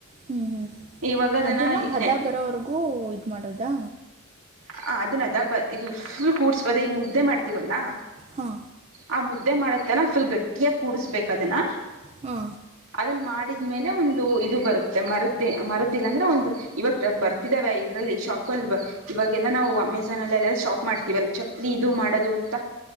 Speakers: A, on the right; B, on the right.
A: ಹ್ಮ್ ಹ್ಮ್
B: ಇವಾಗ
A: ಅದನ್ನ ಹದ
B: ನೆ
A: ಬರೋವರ್ಗೂ ಇ ಮಾಡೋದಾ
B: ಹ ಅದನ್ನದ ಬ ಇದು ಫುಲ್ ಕೂಡ್ಸ್ ಅದೇ ಈಗ ಮುದ್ದೆ ಮಾಡ್ತೀವಲ್ಲಾ
A: ಹಾ
B: ಆ ಮುದ್ದೆ ಮಾಡತನ ಫುಲ್ ಗಟ್ಟಿಯಾಗಿ ಕೂಡ್ಬೇಕ ಅದನ
A: ಹಾ
B: ಅದನ್ನ ಮಾಡಿದ ಮೇಲೆ ಒಂದು ಇದು ಬರುತ್ತೆ ಮರದ ಮರುದಿಲ್ಲ ಅಂದ್ರೆ ಒಂದು ಇವಾಗ ಬರ್ತಿದಾವೆ ಇದರಲ್ಲಿ ಶಾಪ್ ಅಲ್ಲಿ ಇವಾಗೆಲ್ಲಾ ನಾವು ಅಮೆಜಾನ್ ಅಲ್ಲಿ ಶಾಪ್ ಮಾಡ್ತೀವಲ್ಲ ಚಕ್ರ ಇದು ಮಾಡೋದು ಅಂತ